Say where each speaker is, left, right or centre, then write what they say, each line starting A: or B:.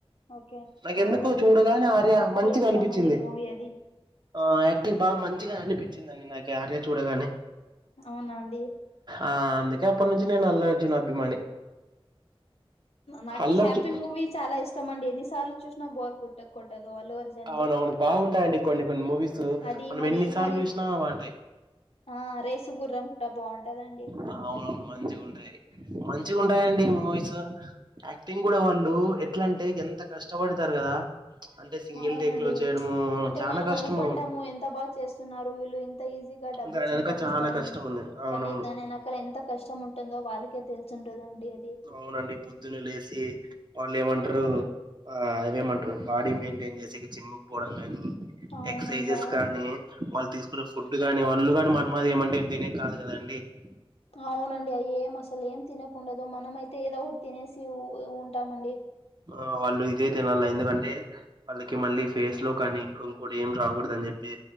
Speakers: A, on the left; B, on the right.
A: ఓకే
B: నాకెందుకు
A: అవునండి
B: చూడగానే
A: అది
B: ఆర్య
A: నాకు కూడా
B: మంచిది
A: ఇష్టమండి
B: అనిపించింది
A: మూవీ అది
B: ఆ యాక్టింగ్ బాగా మంచిగా అనిపించిందిండి నాకి ఆర్య చూడగానే
A: అవునా అండి
B: ఆ అందుకే అప్పటి నుంచి నేను అల్లు అర్జున్ అభిమాని
A: నాక
B: అల్లు
A: హ్యాపీ
B: అర్జున్
A: మూవీ చాలా ఇష్టం అండి ఎన్ని సార్లు చూసినా బోర్ కుట్ట కొట్టదు అల్లు అర్జున్
B: అవున
A: ది
B: అవును బాగుంటాయిండి కొన్ని కొన్ని మూవీస్
A: అది
B: మనం
A: మరి
B: ఎన్ని సార్లు
A: మరి
B: చూసినా బాగుంటాయి
A: ఆ రేసుగుర్రం కూడా బాగుంటదండి
B: ఆ, అవునవును మంచిగా ఉంటయి మంచిగా ఉంటయిడి మూవీస్ యాక్టింగ్ కూడా వాళ్ళు ఎట్లా అంటే ఎంత కష్టపడతారు కదా అంటే సింగిల్
A: అవునండి
B: టేక్లో చేయడము
A: అంటే
B: చానా
A: మనం
B: కష్టము
A: అనుకుంటాము ఎంత బాగా చేస్తున్నారు వీళ్ళు ఇంత ఈజీగా డబ్బులు
B: దాని వెనక
A: సంపాదిస్తారని
B: చాలా కష్టం ఉంది అవునవును
A: కానీ దాని వెనకాల ఎంత కష్టం ఉంటుందో వాళ్ళకే తెలిసు ఉంటుదండి అది
B: అవునండి పొద్దున్న లేచి వాళ్ళు ఏమంటారు ఆ అవేమంటారు బాడీ మెయింటైన్ చేసే జిముకి పోవడం కానీ
A: అవునండి
B: ఎక్ససైజెస్
A: అవును
B: కానీ వాళ్ళు తీసుకునే ఫుడ్ కాని వాళ్ళు మనమాది ఏమంటే దీన కాదు కదండి <unintelligible>
A: అవునండి అయి ఏం అసలు ఏం తినకుండదు మనం అయితే ఏదో ఒకటి తినేసి ఉంటామండి
B: ఆ వాళ్ళు ఇదే తినాల ఎందుకంటే అందుకే మళ్ళీ ఫేస్ లో కానీ ఇంక ఇంకోటి ఏం రాకూడదు అని చెప్పి